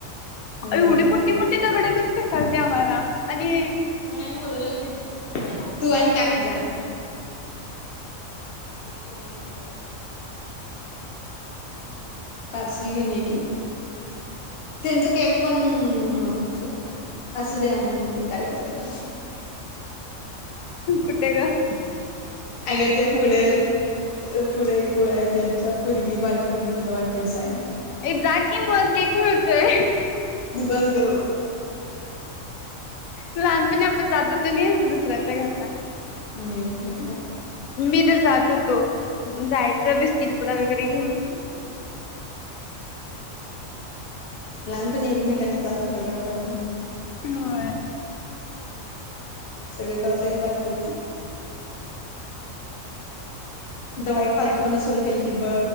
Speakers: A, on the left (about 50°); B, on the left (about 80°).
A: होय
B: एवढी मोठी मोठी दगड घेऊन फेकत्या काल ते आम्हाला आणि
A: ते नाही बोलवल्यात तेनी तू आणि काकी जा बोल <unintelligible> पार्सल घेऊन येकी. त्यांच केक पण नको सोड असू दे आणुदे नाही तर काय तर कर
B: कुठे गं.
A: अग ते पुढं. पुढे एक कुळ आहे त्यांच्या पुरगी बारकी पुरगीचा वाढदिवस आहे.
B: ये जाकी मग केक मिळतोय.
A: बस गप्प.
B: लहानपणी आपण जात होतो नाही. दुसऱ्यांच्या घरला
A: नाही तर काय
B: मी तर जात होतो जायचं बिस्किटपडा वगैरे घेऊन.
A: लहानपणी एकमेकांचं जात होतं का आपण
B: हो.
A: सगळी तर अस बकी होती.
B: आणि
A: दवा एक फालतू
B: काय
A: प सुरू केली त ब